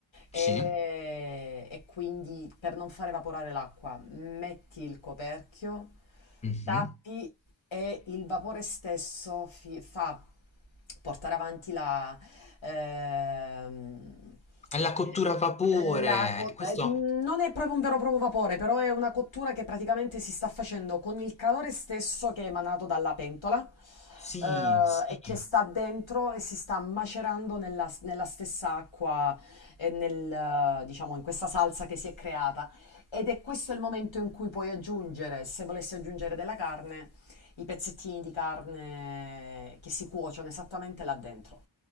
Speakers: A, on the left (about 15°); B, on the left (about 75°).
A: Sì.
B: E, e quindi per non far evaporare l'acqua, metti il coperchio,
A: Mhm.
B: tappi e il vapore stesso fi- fa portare avanti la, ehm,
A: È la cottura
B: eh,
A: a vapore.
B: la co-
A: Questo
B: eh, non è proprio un vero e proprio vapore, però è una cottura che praticamente si sta facendo con il calore stesso che è emanato dalla pentola.
A: sì,
B: eh,
A: sì,
B: e che sta dentro e si sta macerando nella, nella stessa acqua e nel, eh, diciamo, in questa salsa che si è creata. Ed è questo il momento in cui puoi aggiungere, se volessi aggiungere della carne, i pezzettini di carne che si cuociono esattamente là dentro.